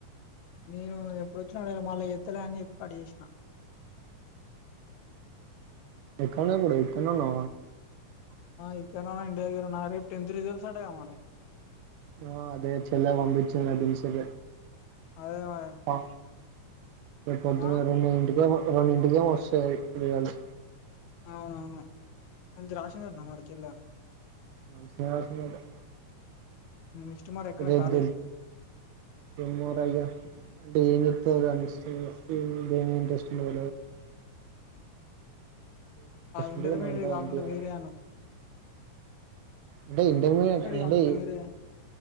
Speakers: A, on the left; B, on the right.
A: నేను ఎ ఇప్పుడు వచ్చినాడు మళ్ళీ ఎత్తలే అని చెప్పి అడ చేసినను
B: ఎక్కా ఉన పడే తనును
A: ఇక్క ఇండియా గ ఉన్నా అే టె రిజల్ట్ సాడే మ
B: ఆ అదే చెల్ పంబచ్చందిభిషద
A: అదే మరి
B: అ పొద్దున్న
A: ఆ
B: రెండు ఇంటిక రెండింటికేమో వస్తాయి రళ్ళు
A: అవునవును మంచి రాసిందటనా మరి చెల్లె
B: మనషసట
A: నెక్స్ట్ మరి ఎక్కడ
B: ద
A: కాలేజ్
B: ద త మరగా ఏం చెప్ని ఇంట్రెస్ట్ ఉ
A: ఇంటర్మీడియట్
B: ఉంటదో దాంట్లో
A: కాకుండా
B: పంపియాలి
A: వేరే అను
B: అంటే ఇంటర్మీడియట్ అ
A: కాకుండా వేరే